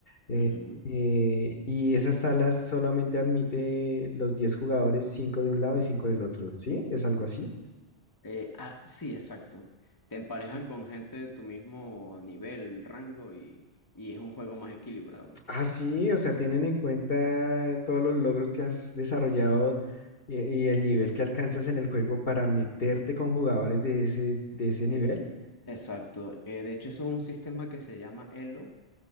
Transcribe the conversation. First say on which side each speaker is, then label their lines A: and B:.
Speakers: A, on the left (about 50°); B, on the left (about 20°).
A: Eh,
B: Ujú.
A: eh, y esas salas solamente admite los 10 jugadores, 5 de un lado y 5 del otro, ¿sí? ¿Es algo así?
B: Eh, ah, sí, exacto. Te emparejan con gente de tu mismo nivel, rango y, y es un juego más equilibrado.
A: Ah, sí, o sea, tienen en cuenta todos los logros que has desarrollado y, y el nivel que alcanzas en el juego para meterte con jugadores de ese, de ese nivel.
B: Eh, Exacto. Eh, de hecho, eso es un sistema que se llama Elo,